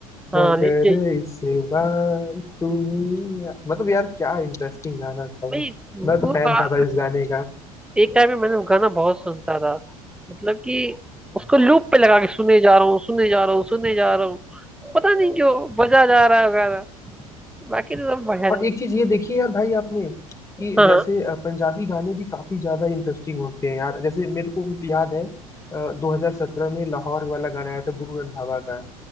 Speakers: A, in the centre; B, on the left.
A: हाँ
B: मगर
A: लेकिन
B: इस बार तुम ही मतलब यार क्या इंटरेस्टिंग गाना था वो
A: भाई वो
B: मैं तो फैन
A: गा-
B: था भाई उस गाने
A: एक टाइम में मैंने वो गाना बहुत सुनता था मतलब कि उसको लूप पे लगा के सुने जा रहा हूँ सुने जा रहा हूँ सुने जा रहा हूँ पता नहीं क्यों बजा जा रहा है गाना बाकी तो सब बढ़िया
B: और
A: था
B: एक चीज ये देखिए यार भाई आपने कि
A: हाँ
B: जैसे अ, पंजाबी गाने भी काफी ज्यादा इंटरेस्टिंग होते हैं यार जैसे मेरे को याद है अ, 2017 में लाहौर वाला गाना आया था गुरु रंधावा का